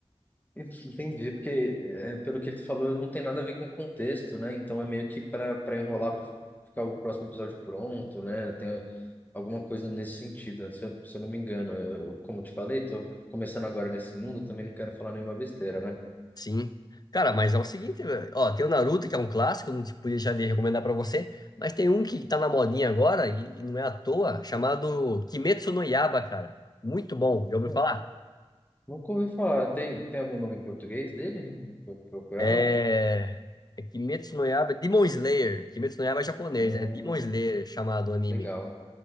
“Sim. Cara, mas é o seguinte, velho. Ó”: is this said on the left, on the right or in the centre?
Left